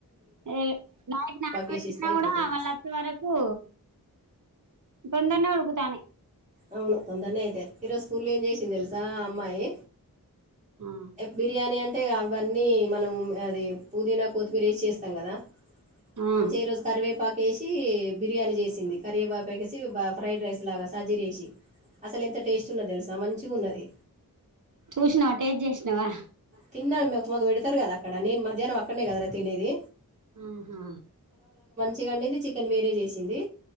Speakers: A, on the right; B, on the right.
A: ఏయ్ నైట్ నాన పెట్టిిన
B: వేసి ఇస్తే అయిపోతుంది
A: కూడా వాళ్ళు వచ్చే వరకు తొందరనే ఉడుకుతన్నాయి
B: అవును తొందరనే అయితే ఈరోజు స్కూల్ ఏం చేసింది తెలుసా ఆ అమ్మాయి
A: ఆ
B: బిర్యాని <unintelligible> అంటే అవన్నీ మనం అది పుదీనా కొత్తిమీర వేసి చేస్తాం కదా
A: ఆ
B: మంచి ఏ రోజు కరివేపా ఏసి బిర్యానీ చేసింది కరివేపాకు ఫ్రైడ్ రైస్ లాగ సాజీరేసి అసలు ఎంత టేస్ట్ ఉన్న తెలుసా మంచిగా ఉన్నది
A: చూసినావ టెస్ట్ చేసినావా
B: తిన్నాను మాకు మాకు పెడతారు కదా అక్కడ నేను మధ్యాహ్నం అక్కడనే కదరా తినేది
A: ఆహా
B: చికెన్ లేదు చికెన్ వేరే చేసింది